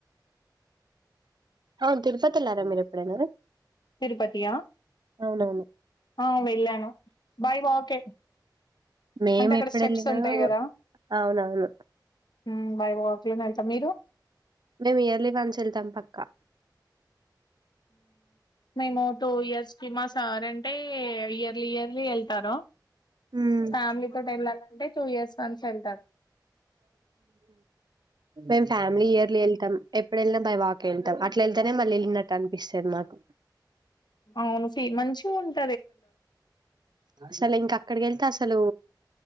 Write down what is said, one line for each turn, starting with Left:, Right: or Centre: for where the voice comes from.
Right: అవును తిరుపతి వేలారా మీరు ఎప్పుడేనా
Left: తిరుపతి ఆ
Right: అవునవును
Left: ఆ వెళ్ళాను బై వాకే
Right: మేము
Left: అంటే అక్కడ
Right: ఎప్పుడెళ్ళినా
Left: స్టెప్స్ ఉంటాయి కదా
Right: అవునవును.
Left: మ్మ్ బై వాక్ ఏ వెళ్తం మీరు
Right: మేము ఇయర్లీ వన్స్ వెళ్తాం పక్కా
Left: మేము టూ ఇయర్స్ కి మా సార్ అంటే ఇయర్లీ ఇయర్లీ వెళ్తారు
Right: హ్మ్
Left: ఫ్యామలీతోటి వెళ్ళలీ అంటే టూ ఇయర్స్ వన్స్ వెళ్తారు
Right: మేము ఫ్యామిలీ ఇయర్ లో వెళ్తాం ఇప్పుడు వెళ్ళినా బా వాకి వెళ్తాం అట్లా వెళ్తేనే మళ్ళీ వెళ్ళినట్టు అనిపిస్తుంది మాకు
Left: అవును ఫీ మంచిగా ఉంట
Right: చల ఇంకా అక్కడ గెలు తస అసలు